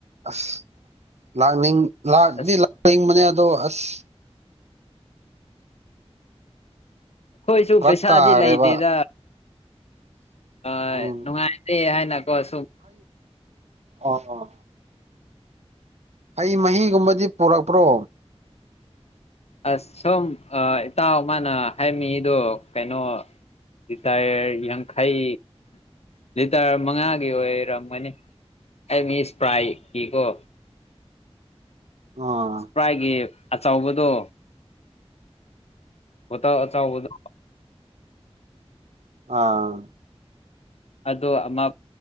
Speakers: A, on the right; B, on the left.
A: ꯑꯁ ꯂꯥꯛꯅꯤꯡ ꯂꯗꯤ
B: ꯑꯁ
A: ꯂꯥꯛꯅꯤꯡꯕꯅꯦ ꯑꯗꯣ ꯑꯁ
B: ꯑꯈꯣꯏꯁꯨ
A: ꯐꯔꯛ
B: ꯄꯩꯁꯥꯗꯤ
A: ꯇꯥꯈ꯭ꯔꯦꯕ
B: ꯂꯩꯇꯦꯗ ꯑꯥ
A: ꯎꯝ
B: ꯅꯨꯡꯉꯥꯏꯔꯦ ꯍꯥꯏꯅꯀꯣ ꯁꯨꯝ
A: ꯑꯥ ꯑꯥ ꯍꯩ ꯃꯍꯤꯒꯨꯝꯕꯗꯤ ꯄꯨꯔꯛꯄ꯭ꯔꯣ
B: ꯑꯁ ꯁꯣꯝ ꯏꯇꯥꯎ ꯃꯥꯅ ꯍꯩꯝ ꯃꯤꯗꯣ ꯀꯩꯅꯣ ꯂꯤꯇ꯭ꯔ ꯌꯥꯡꯈꯩ ꯂꯤꯇ꯭ꯔ ꯃꯉꯥꯒꯤ ꯑꯣꯏꯔꯝꯒꯅꯤ ꯑꯩ ꯃꯤꯁ ꯄ꯭ꯔꯥꯏ ꯀꯤꯀꯣ
A: ꯑꯥ
B: ꯁꯄ꯭ꯔꯥꯏꯒꯤ ꯑꯆꯧꯕꯗꯣ ꯕꯣꯇꯜ ꯑꯆꯥꯎꯕꯗꯣ
A: ꯑꯥ
B: ꯑꯗꯣ ꯑꯃ